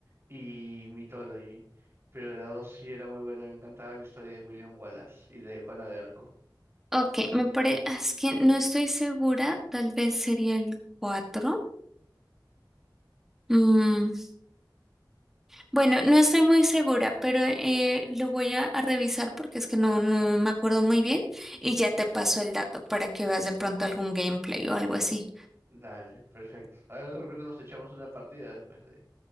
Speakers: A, on the right (about 35°); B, in the centre.
A: y Mythology. Pero la 2 sí era muy buena, me encantaba la historia de William Wallace y de Juana de Arco.
B: Ok, me parece, es que no estoy segura, tal vez sería el 4. Mm, Bueno, no estoy muy segura, pero eh, lo voy a, a revisar porque es que no, no me acuerdo muy bien y ya te paso el dato para que veas de pronto algún gameplay o algo así.
A: Dale, perfecto. A ver, de repente nos echamos una partida después de,